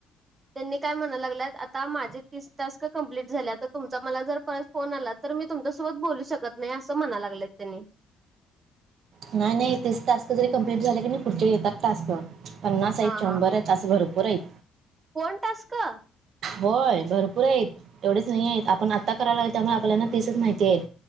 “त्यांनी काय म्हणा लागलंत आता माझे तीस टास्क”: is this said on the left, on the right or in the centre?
Right